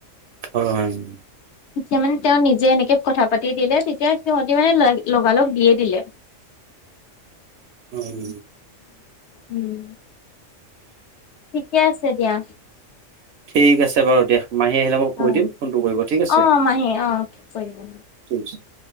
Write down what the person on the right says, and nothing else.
<unintelligible>
উম।
ঠিক আছে বাৰু দিয়া, মাহী আহিলে মই কৈ
দিম ফোনটো কৰিব, ঠিক আছে।
ঠিক আছে।